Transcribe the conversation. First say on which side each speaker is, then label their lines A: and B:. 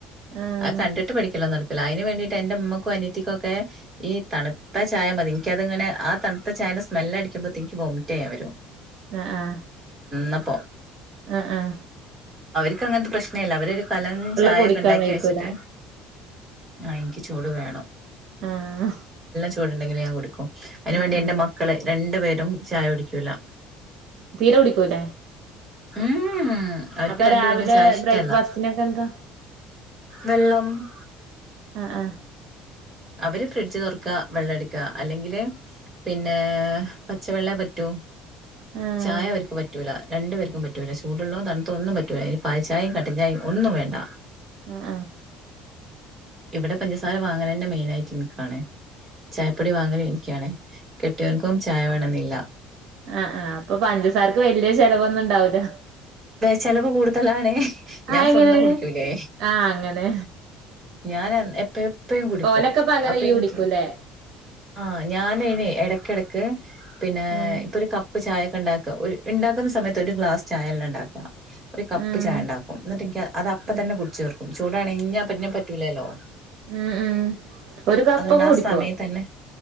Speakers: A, on the right; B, on the right.
A: ആഹ്
B: അത് കണ്ടിട്ട് പഠിക്കലാ നടക് അയിൻ വേണ്ടീട്ട് എന്റെമ്മക്കും അനിയത്തിക്കുകൊക്കെ ഈ തണുത്ത ചായ മതി എനിക്കത്ങ്ങനെ ആ തണുത്ത ചായ ങ്ങനെ സ്മെല് അടിക്ക്പത്തേക് വോമിറ്റ്യ്യാൻ വരും
A: ആഹ ആഹ
B: ന്നപ്പോ
A: ആ ആ
B: ഇയ്ക്ക അങ്ങനത്തെ പ്രശ്നല്ല അവര് ഒരു കലം ചായയൊക്കെണ്ടാക്കി
A: കുടിക്കാൻ വൈക്കൂല
B: വെച്ചിട്ട് ആ ഇനിക്ക് ചൂട് വേണം
A: ആഹ്
B: ചൂടുണ്ടെകിലെ ഞാൻ കുടിക്കും അതിന്
A: ആഹ്
B: വേണ്ടി എൻന്റെ
A: ആഹ്
B: മക്കള് രണ്ടു പേരും ചായ കുടിക്കൂല
A: തീരെ കുടിക്കൂലേ
B: ഊ ഊ അവർക്ക്
A: അപ്പൊ
B: രണ്ടു
A: രാവിലെ
B: പേർക്കും ചായ ഇഷ്ടല്ല
A: ബ്രേക്ക്ഫാസ്റ്റിനൊക്കെ എന്താ
B: വെള്ളമ്മ്
A: ആഹ് ആഹ്
B: അവര് ഫ്രിഡ്ജ് തുറക്കാ വെള്ളം എടുക്ക അല്ലെങ്കില് പിന്നെ പച്ചവെള്ള പറ്റൂ
A: ആഹ്
B: ചായ അവർക്ക് പറ്റൂല രണ്ടു പേർക്കും പറ്റൂല ചൂടുള്ളതും തണുത്തതും ഒന്നും പറ്റൂല്ല ഇനി പാൽ ചായേം കട്ടഞ്ചായേം ഒന്നും വേണ്ട
A: അ അ
B: ഇവിടെ പഞ്ചസാര വാങ്ങലെന്നെ മെയിനായിട്ട് ഇനിക്കാണേ ചായപ്പൊടി വാങ്ങലും ഇനിയ്ക്കാണ് കെട്ടിയവനക്കും ചായ വേണെന്നില്ല
A: അ അ അപ്പൊ പഞ്ചസാരക്ക് വല്ല്യേ ചെലവൊന്നും ഉണ്ടാവൂല്ല
B: ചിലവ് കൂടുതലാണേ ഞാൻ
A: ആഹ് എങ്ങനെ
B: സ്വന്തം കുടിക്കൂലേ
A: ആഹ് അങ്ങനെ
B: ഞാന് എന്ന് എപ്പോ എപ്പയും കുടിക്കും
A: ഓലൊക്കെ പകരം
B: അപ്പൊ
A: ഇയ്യ്
B: ഇനിക്ക്
A: കുടിക്കൂല്ലേ
B: ആ ഞാനയിന് എടക്കെടയ്ക്ക് പിന്നെ
A: ഉം
B: ഇപ്പൊ ഒരു കപ്പ് ചായൊക്കെ ഇണ്ടാക്ക ഒരു ഇണ്ടാക്കുന്ന സമയത്ത് ഒരു ഗ്ലാസ് ചായെല്ലാ ഇണ്ടാക്ക ഒരു കപ്പ്
A: ഉം
B: ചായ ണ്ടാക്കും എന്നിട്ടനിക്ക് അത് അപ്പ
A: ഉം
B: തന്നെ കുടിച്ച് തീർക്കും ചൂടാണ് ഇഞ്ഞപ്പ ഞ്ഞാപ്പറ്റൂലല്ലോ
A: ഉം ഉം ഒരു കപ്പൊക്കെ
B: അതുകൊണ്ട് ആ
A: കുടിക്കുവോ
B: സമയ തന്നെ